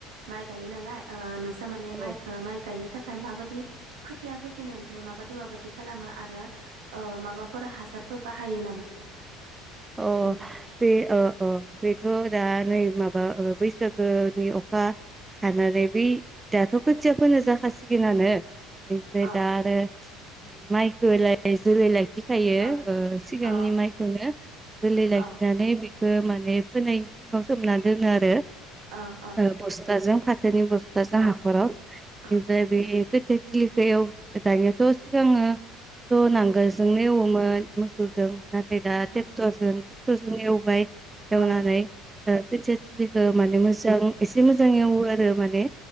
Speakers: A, on the right; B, on the right.
A: माइ गायो नालाय आ नोंसा माने माइखौ
B: औ
A: माइ गायनो थाखाय माबायदि खोथिया फोजेनायनिफ्राय माबादि माबादि खालामो आरो ओ माबाफोर हासारफोर बाहायो नामा?
B: अ
A: नोंस
B: बे
A: अ
B: ओ - ओ बेथो दा नै माबा बैसागोनि अखा हानानै ओम दाथ खोथिया फोनो जाखासिगोनानो <unintelligible>
A: अ
B: दा आरोस ओम माइखौलाय जोलै लाखि फोथायो
A: अ
B: ओ सिगांनि
A: अ
B: माइखौनो जोलै लाखिनानै
A: अ
B: बेखौ माने फोनायनि सिगाङाव सोमनानै दोनो आरो
A: अ अ
B: ओ बसथाजों <unintelligible> बसथाजों
A: अ
B: हाखराव
A: अ
B: बेनिफ्राय बे <unintelligible> दानि थ' सिगाङो थ नांगोलजोंनो एवोमोन मोसौजों <unintelligible> दा तेग <unintelligible>
A: अ
B: एवनानै
A: अ
B: ओ खोथिया थपलियाल ओ माने मोजां एसे मोज जां एवो आरो माने